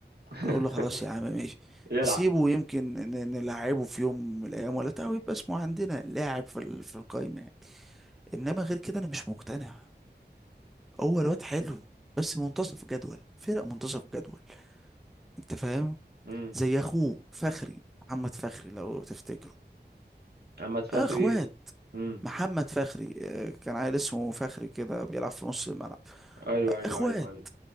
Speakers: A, on the right; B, in the centre.
A: <laughs>
B: انا اقول له خلاص يا عم ماشي
A: يلعب
B: سيبه يمكن ن- نلعبه في يوم من الايام ولا بتاع ويبقى اسمه عندنا لاعب في ال- في القايمه يعني انما غير كده انا مش مقتنع هو الواد حلو بس منتصف جدول فرق منتصف جدول انت فاهم
A: امم
B: زي اخوه فخري محمد فخري لو تفتكره
A: اما تفخري
B: آه اخوات
A: امم
B: محمد فخري آه، كان عيل اسمه فخري كده بيلعب في نص الملعب
A: ايوه
B: آه،
A: ايوه
B: اخوات
A: ايوه ايوه